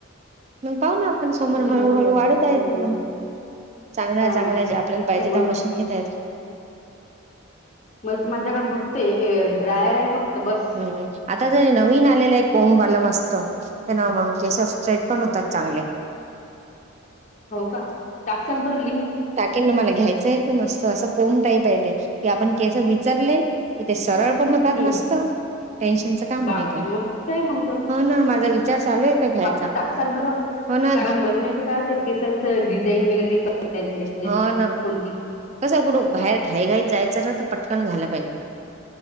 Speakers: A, on the right; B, on the left.
A: म पाहु ना पण समोर
B: किती
A: हळूहळू
B: बरोबर
A: वाढत आहे
B: हम्म.
A: ते मग चांगला
B: हा.
A: चांगला जे आपल्याला पाहिजे
B: नाही
A: त्या मशीनी घेतायेत.
B: म मग माझ्याकडे फक्त ड्रायर आहे फक्त बस.
A: हुम्म आता जरी नवीन आलेलं आहे एक कोंबल मस्त त्यानं मग टेस्ट पण होतात चांगले.
B: हो का टाकताल बरं लिंक
A: टाकीन ना मला घ्यायचं आहे ते मस्त असं कोम टाईप आहे ते की आपण केस विचरले की ते सरळ पण होतात
B: हम्म.
A: मस्त टेन्शनच काम
B: बापरे!
A: नाही काय
B: मस्त आहे मग तर.
A: ह ना माझा विचार चालू आहेेत घ्यायचा.
B: बाकी टाकसाल बरं?
A: हो ना
B: कारण मला माहितीय का ते केसांचं डिझाईन वगैरे करता येत नाही म्हणजे
A: हा ना
B: कोणती.
A: कस कुठ बाहेर घाई घाई जायचं ना तर पटकन झालं पाहिजे.